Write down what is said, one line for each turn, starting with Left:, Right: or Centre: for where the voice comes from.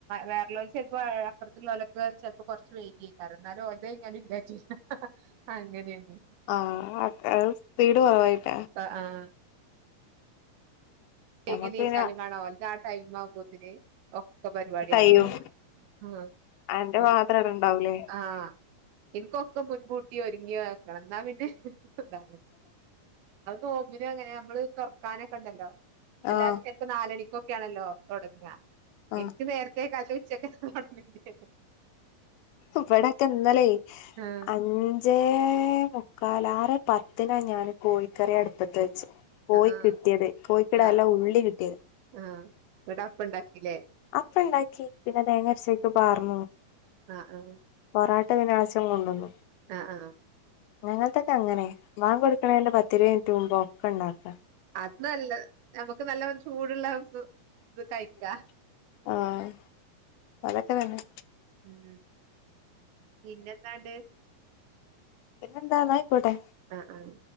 Right: വേറെള്ളൊരു ചെലപ്പോ അപ്പുറത്തുള്ളോലൊക്കെ ചെലപ്പൊ കൊറച്ച് വൈകിയകാരം എന്നാലും ഓലത്കഴിഞ്ഞാലും ന്റെ ചെയ്യാ അങ്ങനേണ്‌
Left: ആഹ് അയ് സ്പീഡ് കുറവായിട്ട
Right: ആ ആഹ് വൈകി
Left: ഞമ്മക്ക്
Right: നീച്ചാലും
Left: പിന്നെ
Right: കാണാ ഓന്റെ ആ ടൈമാകുമ്പോത്തിന് ഒക്കെ പരിപാടിയാണ്
Left: കയ്യും
Right: ആഹ
Left: അന്റെ മാത്രം
Right: ന്
Left: അവിടെ ഇണ്ടാവൂലേ
Right: ആഹ് എന്ക്കൊക്കെ മുൻകൂട്ടി ഒരുങ്ങിയക്കണം എന്നാ പിന്നെ താ അത് നോമ്പിനും അങ്ങനെയാ നമ്മള് തോറക്കാനൊക്കെണ്ടല്ലൊ എല്ലാരും
Left: ആഹ്
Right: ചെലപ്പോ നാലണിക്കൊക്കെയാണല്ലോ തോടങ്ങ
Left: ആഹ്
Right: ഇന്ക്ക് നേരത്തെ ർതെ കാലത്തെ ഉച്ചക്ക <unintelligible>
Left: ഇവിടക്കെ ഇന്നലേ
Right: ആഹ്
Left: അന് ജെ മുക്കാല് ആറെ പത്തിനാ ഞാൻ കോഴിക്കറി അടുപ്പത്ത് വെച്ചെ കോയി
Right: ആഹ്
Left: കിട്ടിയത് കോഴിക്കിടള്ള
Right: ആഹ്
Left: ഉള്ളി കിട്ടിയത്
Right: ആഹ് ന്നിട്ട് അപ്പ ണ്ടാക്കീലെ
Left: അപ്പണ്ടാക്കി പിന്നെ തേങ്ങ അരച്ചേക്ക് പാർന്നു
Right: ആഹ് ആഹ്
Left: പൊറാട്ട <unintelligible> കൊണ്ടുവന്നു
Right: ആ ആആഹ്
Left: ഞങ്ങൾത്തൊക്കെ അങ്ങനെ വാങ്കു കൊടുക്കണതിന്റെ പത്തിരുവത് മിനുറ്റ് മുമ്പ ഒക്കെ ണ്ടാക്ക
Right: അത് ല്ല ഞമ്മുക്ക് നല്ല ചൂടുള്ളാപ്പം - കയ്ക്ക
Left: ആഹ് അതൊക്കെ തന്നെ
Right: ഉം പിന്നെ എന്താണ്ട്
Left: പിന്നെന്താ ന്നാ ആയിക്കോട്ടെ
Right: ആഹ് ആഹ്